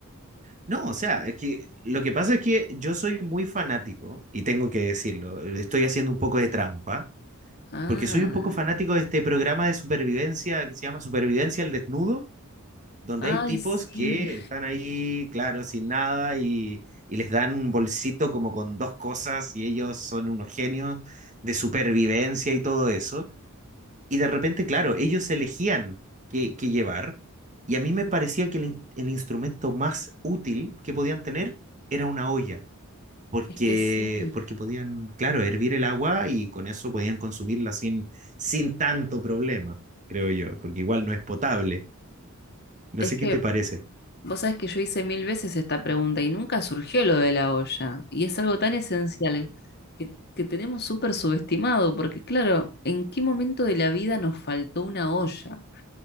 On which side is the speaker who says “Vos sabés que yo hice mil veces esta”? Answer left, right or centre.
Left